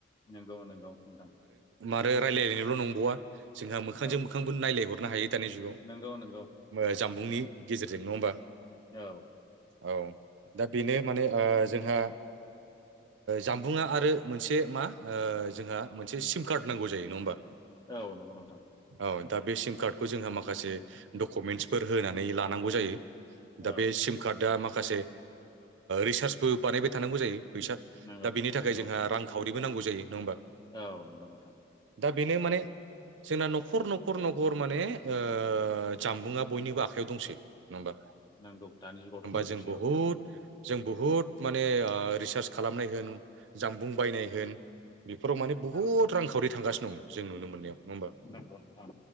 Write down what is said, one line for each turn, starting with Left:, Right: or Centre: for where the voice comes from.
Left: नंगौ नंगौ नोंथां।
Right: मारो रायजलायलायनायल' नंबावा जोंहा मोखांजों
Left: औ
Right: मोखांबो रनायलायहरनो हायो। दानि जुगाव
Left: नंगौ नंगौ नोंथां
Right: जामबुंनि गेजेरजों नङा होमबा।
Left: औ
Right: औ दा बेनो माने जोंहा। जामबुंङा आरो मोनसे मा जोंहा मोनसे सिम कार्ड नांगौ जायो नङा होमबा।
Left: औ नंगौ नोंथां।
Right: औ दा बे सिम कार्डखौ जोंहा माखासे डकुमेन्टसफोर होनानै लानांगौ जायो।
Left: औ
Right: दा बे सिम कार्डआ माखासे रिसारसबो बानायबाय थानांगौ जायो। फैसा
Left: नंगौ
Right: दा बिनि थाखाय
Left: नंगौ
Right: जोंहा रांखावरिबो नांगौ जायो नङा होमबा।
Left: औ नंगौ नोंथां।
Right: दा बेनो माने जोंना न'खर न'खर नखर। खर माने ओ जामबुंआ बयनिबो आखायाव दंसै नङा होमबा
Left: नंगौ दानि जुगावथ'
Right: होमबा
Left: दंजोबसै
Right: जों बहुद
Left: औ
Right: जों बुहुद माने ओ रिसार्च खालामनाय होन जामबुं बायनाय होन। बेफोराव माने बहुद
Left: औ
Right: रांखावरि थांगासिनो दं जों नुनो मोननायाव नङा होमबा।
Left: नंगौ नोंथां